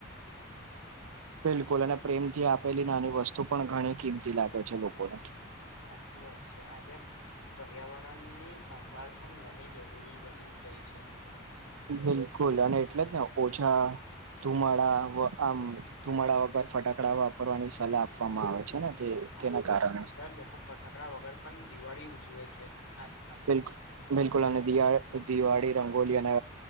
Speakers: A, on the right; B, on the left.
A: બિલકુલ, અને પ્રેમથી આપેલી નાની વસ્તુ પણ ઘણી કિંમતી લાગે છે લોકોને.
B: સાચી વાત છે, આજ પર્યાવરણની સંભાળ પણ ઘણી જરૂરી બની ગઈ છે.
A: બિલકુલ, અને એટલે જ ને ઓછા ધુમાડા આમ ધુમાડા વગર ફટાકડા વાપરવાની સલાહ આપવામાં આવે છે ને તે
B: હા
A: તેના
B: બિલકુલ
A: કારણે
B: કેટલા લોકો ફટાકડા વગર પણ દિવાળી ઉજવે છે આજકાલ
A: બિલકુલ બિલકુલ અને દિવા દિવાળી રંગોલી અને